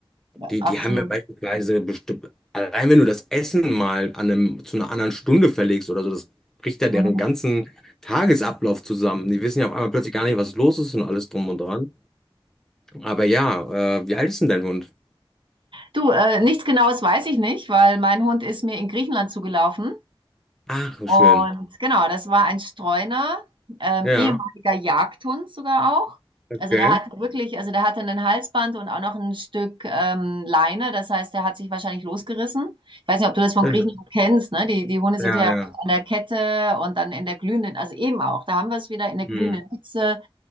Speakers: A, on the right; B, in the centre.
A: ja,
B: die,
A: absolut.
B: die haben ja beispielsweise bestimmt, allein wenn du das Essen mal an einem, zu einer anderen Stunde verlegst oder so, das bricht ja
A: Mhm.
B: deren ganzen Tagesablauf zusammen. Die wissen ja auf einmal plötzlich gar nicht, was los ist und alles drum und dran. Aber ja, äh, wie alt ist denn dein Hund?
A: Du, äh, nichts Genaues weiß ich nicht, weil mein Hund ist mir in Griechenland zugelaufen.
B: Ach, wie
A: Und
B: schön.
A: genau, das war ein Streuner, ähm,
B: Ja,
A: ehemaliger Jagdhund sogar auch.
B: okay.
A: Also der hatte wirklich, also der hatte ein Halsband und auch noch ein Stück ähm, Leine. Das heißt, der hat sich wahrscheinlich losgerissen. Ich weiß nicht, ob du das von
B: Ja,
A: Griechenland kennst, ne? Die, die Hunde sind
B: ja.
A: ja an
B: ja.
A: der Kette und dann in der glühenden, also eben auch, da haben wir es wieder in der glühenden
B: Hm.
A: Hitze,